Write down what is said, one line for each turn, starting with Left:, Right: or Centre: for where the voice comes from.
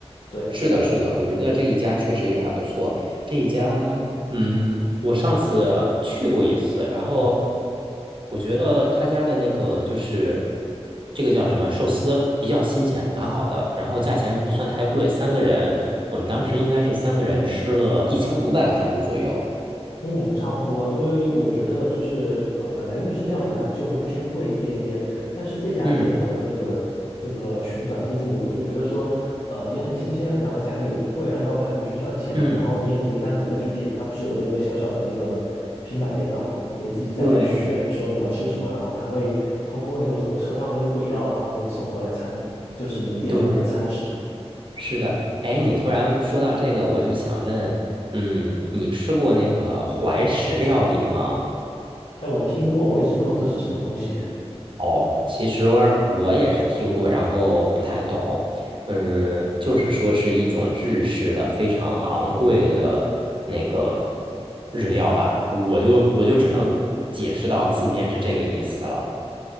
Left: 对，
Right: 是的，
Left: 叫
Right: 是的，我觉得这一家确实也还不错。这一家，嗯，我上次去过一次，然后我觉得他家的那个就是这个叫什么寿司比较新鲜，蛮好的，然后价钱不算太贵，三个人，我们当时应该是三个人吃了一千五百泰铢左右。
Left: 嗯，差不多，因为我觉得就是呃，本来日式料理它就会偏贵一点点，但是这家店的那个这个旋转自助，
Right: 嗯
Left: 我就觉得说，呃，也很新鲜，然后价格也不贵，按照盘子去算钱，
Right: 嗯，
Left: 然后你也可以单独再去点，它不是有个那个小小的那个平板电脑嘛，你可以自己再去选说你要吃什么，
Right: 对
Left: 然后它会通过那个火车上面的轨道，然后给你送过来餐，就是你点的那个餐食。
Right: 对，是的，哎，你突然说到这个，我就想问，嗯，你吃过那个怀石料理吗？
Left: 哎，我听过，我一直不懂这是什么东西。
Right: 哦，其实我也是听过，然后不太懂。嗯，就是说是一种日式的非常昂贵的那个日料吧，我就我就只能解释到字面是这个意思了。